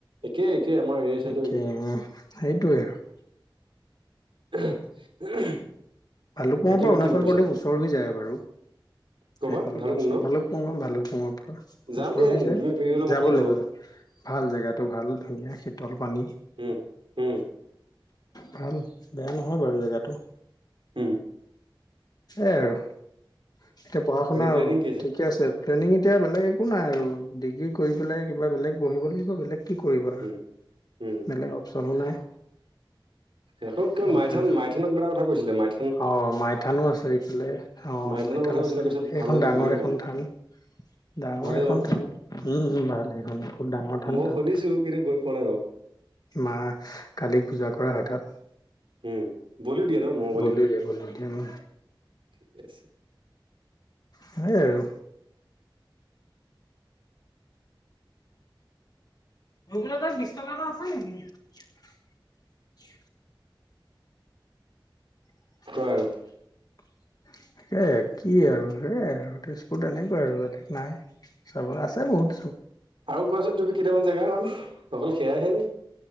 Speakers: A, on the right (about 85°); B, on the left (about 50°).
A: একেই একেই আমাৰ এই চাইডো
B: তে
A: একেই।
B: সেইটোৱে আৰু। <inaudible>
A: <unintelligible>
B: ভালুকপুঙৰ
A: বাকী
B: পৰা
A: আৰু
B: অৰুণাচল
A: কি ভাবিছা?
B: প্ৰদেশ ওচৰ হৈ যায় বাৰু।
A: ক'বা
B: সেইফালৰ
A: ভালুকপুং
B: পৰা ওচৰ
A: ন?
B: ভালক পুঙ ভালক পুঙৰ পৰা
A: যাম
B: ওচৰ
A: দিয়া
B: হৈ
A: এদিন
B: যায়।
A: তুমি ফ্ৰী হ'লে মোক
B: যাব
A: খালি ক'বা।
B: লাগে যাব ভাল জেগাতটো ভাল ধুনীয়া সেইটো পানী।
A: উম, উম,
B: ভাল বেয়া নহয় বাৰু জেগাতটো।
A: হম।
B: এয় আৰু এতিয়া পঢ়া শুনা
A: বাকী প্লেনিং কি
B: ঠিকে আছে? ট্ৰেইনিং এতিয়া বেলেগ একো নাই আৰু ডিগ্ৰী কৰি পেলাই কিবা বেলেগ বহিব লাগিব বেলেগ কি কৰিবা,
A: উম, উম।
B: বেলেগ অপচনো নাই।
A: আকৌ কিয়
B: পঢ়া
A: মাইথান
B: শুনা
A: মাইথানক কা কথা কৈছিলে মাই-
B: অ মাইথানো আছে এইফালে, অ
A: মাইথানৰ
B: মাইথান
A: কথা কৈছিলে
B: আছে,
A: কৈছে
B: সেইখন
A: ভাল লাগে
B: ডাঙৰ
A: বোলে
B: এখন
A: বহুত
B: থান। ডাঙৰ
A: ভালেই
B: এখন
A: ন
B: থান, উম ভাল সেইখন বহুত ডাঙৰ থান
A: মই
B: তাত
A: সুধিছো কিন্তু গৈ পোৱা নাই বাৰু
B: মা কালিক পূজা কৰা হয় তাত।
A: উম বলীও দিয়া হয় ন মা
B: বলি দিয়ে বলি দিয়ে উম।
A: ঠিকে আছে
B: সেইয় আৰু ৰগোল ত বিশটকা এটা আছে নেকি? <unintelligible>
A: কোৱা আৰু
B: স কি আৰু সেয়াই আৰু তেজপুৰত এনেকুৱা আৰু বেলেগ নাই। চাব আছে বহুত
A: আৰু কোৱাচোন তুমি কেইটামান জেগাৰ নাম অকল সেয়াইহে নে